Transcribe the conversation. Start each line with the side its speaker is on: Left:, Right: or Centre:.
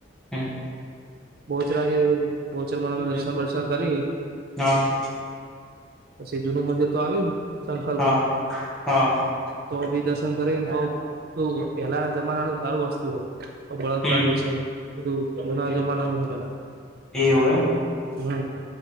Centre: હમ
Right: બહચરાજે બહચર મન દર્શન દર્શન કાલી.
Centre: હા.
Right: પછી જુનું મંદિર તો આવ્યું ને, સંખલપુર.
Centre: હા હા.
Right: તો બી દર્શન કરીને તો પહેલાના જમાનાનું સારું વસ્તુ હોય. બળદગાડું
Centre: હમ
Right: છે, બધું જુના જમાના ન છે પેલા.
Centre: એવ એમ.
Right: હમ.